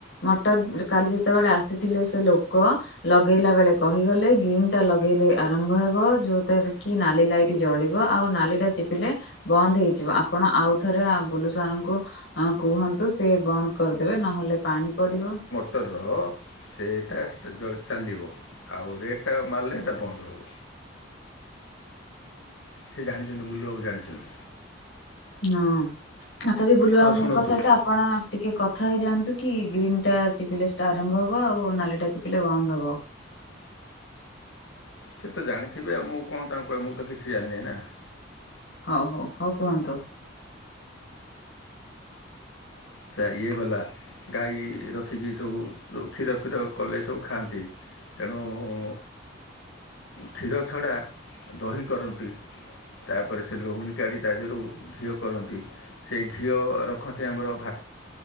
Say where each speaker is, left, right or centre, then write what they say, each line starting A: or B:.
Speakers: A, on the left; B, on the left.
A: ମଟର କାଲି ଯେତେବେଳେ ଆସିଥିଲେ ସେ ଲୋକ ଲଗେଇଲା ବେଳେ କହିଗଲେ ଗ୍ରୀନଟା ଲଗେଇଲେ ଆରମ୍ଭ ହେବ ଯୋଉ ତାର କି ନାଲି ଲାଇଟ୍ ଜଳିବ ଆଉ ନାଲିଟା ଚିପିଲେ ବନ୍ଦ ହେଇଯିବ ଆପଣ ଆଉଥରେ ଆ ବୁଲୁ ସାରଙ୍କୁ ଅ କୁହନ୍ତୁ ସେ ବନ୍ଦ କରିଦେବେ ନହେଲେ ପାଣି ପଡିବ।
B: ଏ ରହ ସେଇଟା ସ୍ ଯୋଉ ଚାଲିବ ଆଉ ରେଡଟା ମାରିଲେ ଏଟା ବନ୍ଦ ହବ। ସିଏ ଜାଣିଚନ୍ତି ବୁଲିବାକୁ ଜାଣିଚନ୍ତି।
A: ହଁ ତଥାପି ବୁଲୁବାବୁଙ୍କ
B: ହଁ ଶୁଣନ୍ତୁ
A: ସହିତ ଆ ଆପଣ ଟିକେ କଥା ହେଇଯାଆନ୍ତୁ କି ଗ୍ରୀନ୍ ଟା ଚିପିଲେ ସେଟା ଆରମ୍ଭ ହବ ଆଉ ନାଲି ଟା ଚିପିଲେ ବନ୍ଦ ହବ।
B: ସେଏ ତ ଜାଣିଥିବେ ଆଉ ମୁଁ କଣ ତାଙ୍କୁ କହିବି ମୁଁ ତ କିଛି ଜାଣିନେଇ ନା।
A: ହଉ ହଉ ହଉ କୁହନ୍ତୁ।
B: ତା ଇଏ ଗଲା ଗାଈ ରଖିକି ସବୁ ଯୋଉ କ୍ଷୀର ଫିର କଲେ ସବୁ ଖାଆନ୍ତି। ତେଣୁ ଉଁ କ୍ଷୀର ଛଡ଼ା ଦହି କରନ୍ତି। ତା ପରେ ସେ ଲହୁଣୀ କାଢ଼ି ତା ଦେହରୁ ଘିଅ କରନ୍ତି। ସେ ଘିଅ ରଖନ୍ତି ଆମର ଭା